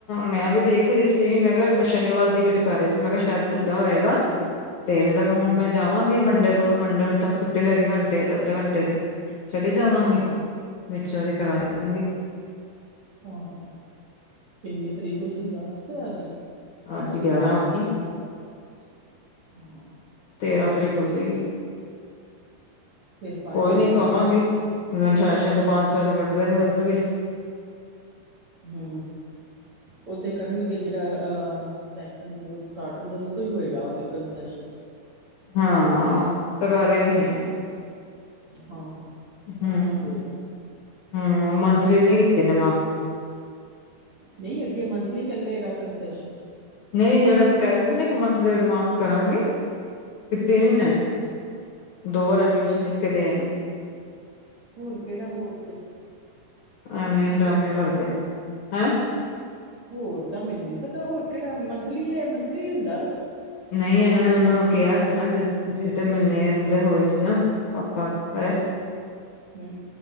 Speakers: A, on the left; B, on the right.
A: ਮੈਂ ਵੀ ਦੇਖ ਰਹੀ ਸੀ। ਮੈਂ ਕਿਹਾ ਸ਼ਨੀਵਾਰ ਦੀ ਵੇਟ ਕਰ ਰਹੀ ਸੀ ਮੈਂ ਕਿਹਾ ਸ਼ਾਇਦ ਖੁੱਲ੍ਹਾ ਹੋਏਗਾ। ਤੇ ਨਹੀਂ ਤਾਂ ਮੈਂ ਹੁਣ ਮੈਂ ਜਾਵਾਂਗੀ। ਮੰਡੇ ਤੋਂ ਮੰਡੇ ਨੂੰ ਤਾਂ ਛੁੱਟੀ ਲੈ ਕੇ ਘੰਟੇ ਅੱਧੇ ਘੰਟੇ ਦੀ ਚਲੀ ਜਾਵਾਂਗੀ
B: ਹਾਂ
A: ਵਿੱਚੋਂ ਦੀ ਕਰਾ ਆਵਾਗੀ।
B: ਹਾ-ਹਾ ਕਿੰਨੀ ਤਰੀਕ ਹੋ ਜਾਣੀ ਦੱਸ ਅੱਜ
A: ਅੱਜ ਗਿਆਰਾਂ ਹੋ ਗਈ।
B: ਅੱਛਾ ਹਾਂ
A: ਤੇਰਾਂ ਤਰੀਕ ਹੋ ਜਾਏਗੀ।
B: ਫਿਰ ਫਾਈਨ
A: ਕੋਈ
B: ਵੀ
A: ਨੀ
B: ਲੱਗ
A: ਕਵਾਂਗੇ
B: ਜਾਏਗਾ ਨਹੀਂ ਤੇ ਨਾ
A: ਅਨੁਸ਼ਾਸ਼ਨ ਤੇ ਪੰਜ ਸੌ ਰੁਪਏ ਕੱਟਦੇ ਨੇ ਉਹ ਚੋਂ ਵੀ
B: ਹੂੰ ਉਹ ਤੇ ਕਰਨਗੇ ਜਿਹੜਾ ਅਹ ਸੈਸ਼ਨ ਜਦੋਂ ਸਟਾਰਟ ਹੁੰਦਾ ਉਦੋਂ ਤੋਂ ਹੀ ਹੋਏਗਾ ਕਨਸੈਸ਼ਨ
A: ਹਾਂ ਤਾਂ ਕਰ ਹੀ ਰਹੇ ਆ
B: ਹਾਂ
A: ਹੂੰ-ਹੂੰ,
B: ਉਹ ਤਾਂ ਹੋਏਗਾ
A: ਮੰਥਲੀ ਏਨੇ ਕੀਤੇ ਨੇ ਮਾਫ਼।
B: ਨਈਂ ਅੱਗੇ ਮੰਥਲੀ ਚੱਲੇਗਾ ਕੰਨਸੈਸ਼ਨ।
A: ਨਈਂ ਜੇੜਾ ਆਪਾਂ ਕੈਂਦੇ ਸੀ ਨਾ ਇਕ ਮੰਥਲੀ ਮਾਫ਼ ਕਰਾਂਗੇ, ਕੀਤੇ ਨੀ ਓਨੇ। ਦੋ ਵਾਰ ਐਪਲੀਕੇਸ਼ਨ ਲਿਖ ਕੇ ਦੇ ਆਈਆਂ।
B: ਹੋਰ ਕੇੜਾ ਹੋਰ ਤੇ
A: ਐਵੇਂ
B: ਹੋਰ
A: ਈ ਡਰਾਮੇ
B: ਤਾਂ
A: ਕਰਦੇ ਆ, ਹੈਂ
B: ਹੋਰ ਤਾਂ ਮੈਨੂੰ ਨੀ ਪਤਾ ਹੋਰ ਕੇੜਾ ਮੰਥਲੀ ਏ ਮੰਥਲੀ ਈ ਹੁੰਦਾ ਵਾ।
A: ਨਈਂ ਏਨਾਂ ਨੇ ਮੈਨੂੰ ਕਿਆ ਸੀ ਨਾ ਜਿਸ ਜੇੜੇ ਮੀਨੇ ਐਨਾਂ ਦੇ ਹੋਏ ਸੀ ਨਾ ਪਾਪਾ ਐਕਸਪੈਅਰ।
B: ਹੂੰ‌,